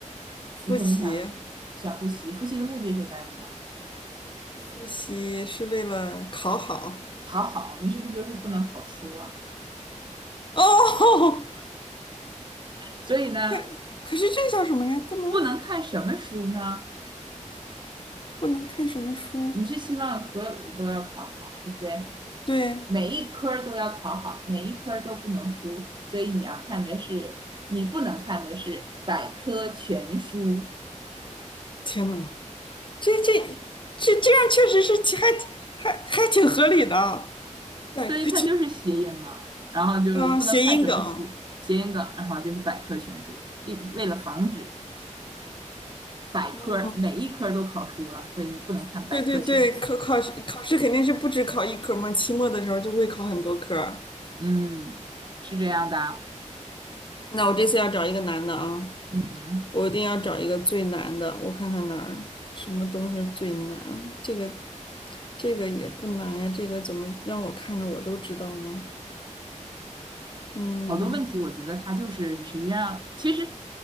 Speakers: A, on the left (about 40°); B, on the right (about 35°).
A: 复习。
B: 你肯定想想复习，复习的目的是干什么？
A: 复习是为了考好。
B: 考好，你是不是就是不能考书啊？
A: 哦，
B: 所以呢，
A: <laughs> 可可是这叫什么呀？不能
B: 不能看什么书呢？
A: 不能看什么书？
B: 你是希望所有的都要考好，对不对？
A: 对，
B: 每一科都要考好，每一科都不能输，所以你要看的是，你不能看的是百科全书，
A: 天呐，这这这这样确实是挺还还还挺合理的。百科全
B: 所以它就是谐音嘛。然后就是不能看什么书，
A: 啊，谐音梗。
B: 谐音梗，然后就是百科全书，一为了防止百科每一科都考输了，
A: 嗯，
B: 所以你不能看百科全书。
A: 对对对，考考试考试肯定是不止考一科嘛，期末的时候就会考很多科儿
B: 嗯，是这样的啊
A: 那我这次要找一个难的啊。
B: 嗯哼。
A: 我一定要找一个最难的，我看看哪儿什么东西是最难。这个这个也不难呀，这个怎么让我看着我都知道呢？嗯，
B: 好多问题，我觉得他就是实际上其实